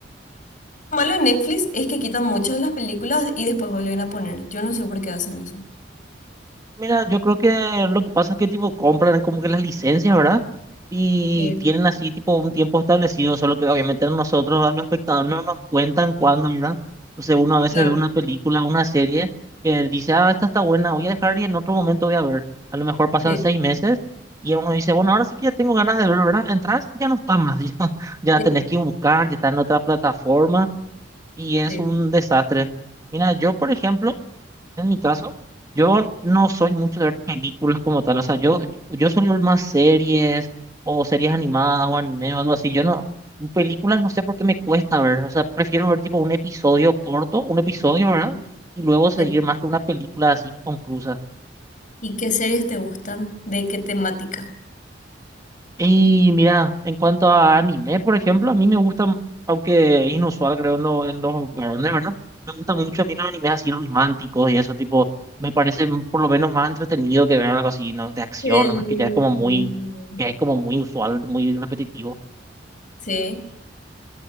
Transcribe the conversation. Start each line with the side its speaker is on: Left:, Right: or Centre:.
Left: Lo malo en Netflix es que quitan muchas de las películas y después vuelven a poner. Yo no sé por qué hacen eso.
Right: Mira, yo creo que lo que pasa es que tipo compran como que las licencias, ¿verdad? Y
Left: Sí,
Right: tienen así tipo un tiempo establecido, solo que obviamente a nosotros, a los espectadores, no nos cuentan cuándo, ¿verdad? Entonces uno a veces
Left: claro.
Right: ve una película, una serie que dice, ah, esta está buena, voy a dejar y en otro momento voy a ver. A lo mejor pasan
Left: Sí,
Right: seis meses y uno dice, bueno, ahora sí que ya tengo ganas de verlo, ¿verdad? Entras y ya no está más, <laughs> ya, ya
Left: sí,
Right: tenés que buscar, ya está en otra plataforma y es
Left: sí.
Right: un desastre. Mira, yo por ejemplo... En mi caso, yo no soy mucho de ver películas como tal, o sea, yo, yo suelo ver más series o series animadas o anime o algo así, yo no, películas no sé por qué me cuesta ver, o sea, prefiero ver tipo un episodio corto, un episodio, ¿verdad?
Left: mm,
Right: Y luego seguir
Left: sí.
Right: más que una película así conclusa.
Left: ¿Y qué series te gustan? ¿De qué temática?
Right: Y mira, en cuanto a anime, por ejemplo, a mí me gusta, aunque inusual creo no en los varones, ¿verdad? Me gustan mucho a mí los animes así románticos y eso, tipo, me parece m- por lo menos más entretenido que ver algo así, ¿no? De acción,
Left: Qué lindo.
Right: ¿no? que ya es como muy, que es como muy usual, muy repetitivo.
Left: Sí.